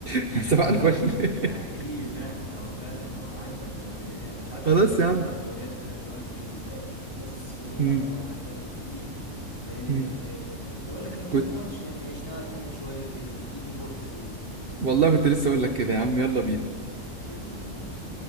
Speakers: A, on the right; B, on the left.
A: <laughs>
B: <laughs>
A: صباح الفل
B: ده حقيقي
A: <laughs>
B: فعلا هو فعلا هو عدى الدوريات يعني مش عارف
A: خلاص
B: التقييم
A: يا
B: بتاع الدوريات ده دلوقتي ازاي بس آه، لا
A: عم
B: هو عدى بكتير آه،
A: مم.
B: آه، بقول لك ايه ما
A: كنت
B: في ماتش هيشتغل كمان شوية كده ما تيجي نروح نشوف
A: والله كنت لسه اقول لك كده يا عم يلا بينا
B: يلا بينا